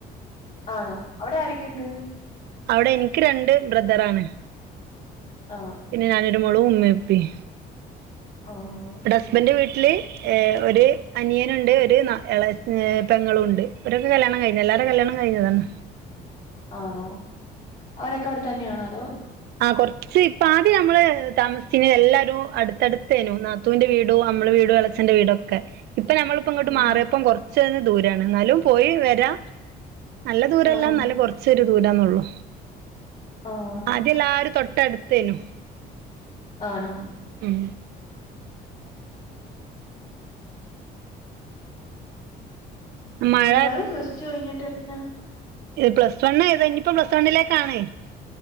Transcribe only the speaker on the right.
അഒടെ ഇൻക്ക് രണ്ട് ബ്രദർ ആണ്.
പിന്നെ ഞാനൊരു മോളൂ ഉമ്മേ ഇപ്പിം.
ഇവടെ ഹസ്ബൻ്റെ വീട്ട്ല് ഏഹ് ഒര് അനിയനുണ്ട് ഒര് ന എള ഏഹ് പെങ്ങളും ഉണ്ട്. ഇവരൊക്ക കല്യാണം കഴിഞ്ഞ് എല്ലാര കല്യാണം കഴിഞ്ഞതാണ്.
ആഹ് കൊർച്ച് ഇപ്പ ആദ്യം നമ്മള് താമസിച്ചീനേ എല്ലാരും അട്ത്തട്ത്തേനു നാ ത്തുന്റെ വീടോ നമ്മള വീടോ എളച്ചഛന്റെ വീടൊക്കെ ഇപ്പ നമ്മള്പ്പം ഇങ്ങോട്ട്
മാറിയപ്പം കൊർ ച്ചൊരു ദൂരാണ് എന്നാലും പോയി വരാ നല്ല ദൂരല്ല
നല്ല കൊർച്ചൊരു ദൂരാന്നള്ളു.
ആദ്യം എല്ലാരും തൊട്ടടുത്തേനു.
ഉം
മഴ
ഹേ പ്ലസ് വൺ ഏതാ ഇത് ഇഞ്ഞിപ്പം പ്ലസ് വൺലേക്കാണ്.